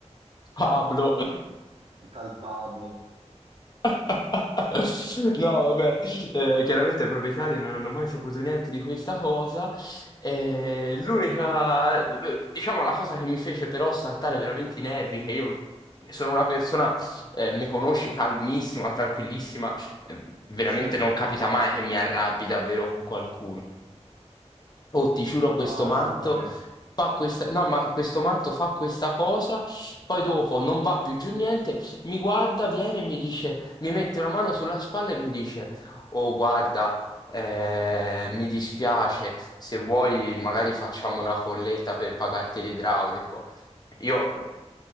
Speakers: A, on the left; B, on the right.
A: Pablo.
B: tal Pablo?
A: <laughs> No, vabbè, eh, chiaramente i proprietari non hanno mai saputo niente di questa cosa. eh, l'unica, diciamo, la cosa che mi fece però saltare veramente i nervi, che io sono una persona, eh, mi conosci, calmissima, tranquillissima, eh, veramente
B: Sì, sì.
A: non capita mai che mi arrabbi davvero con qualcuno. Oh, ti giuro, questo
B: Oh,
A: matto
B: assolutamente.
A: fa questa, no, ma questo matto fa questa cosa, poi dopo non va più giù niente, mi guarda, viene e mi dice, mi mette una mano sulla spalla e mi dice, oh, guarda, eh, mi dispiace, se vuoi magari facciamo una colletta per pagarti l'idraulico. Io,